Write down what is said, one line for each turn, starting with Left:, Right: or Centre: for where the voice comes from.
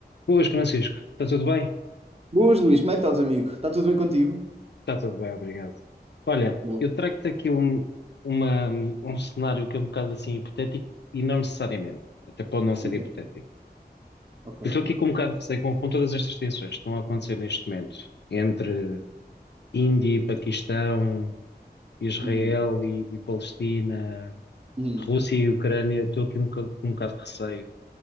Left: Boas, Francisco. Está tudo bem?
Right: Boas, Luís, como é que estás, amigo? Está tudo bem contigo?
Left: Está tudo bem, obrigado. Olha,
Right: Boa.
Left: eu trago-te aqui um, uma- um cenário que é um bocado assim hipotético e não necessariamente, até pode não ser
Right: Então,
Left: hipotético.
Right: Ok.
Left: Eu estou aqui com um bocado de receio com, com todas estas tensões que estão a acontecer neste momento entre Índia e Paquistão, Israel
Right: Uhum.
Left: e, e Palestina,
Right: Uhum.
Left: Rússia e Ucrânia. Estou aqui um bocado, com um bocado de receio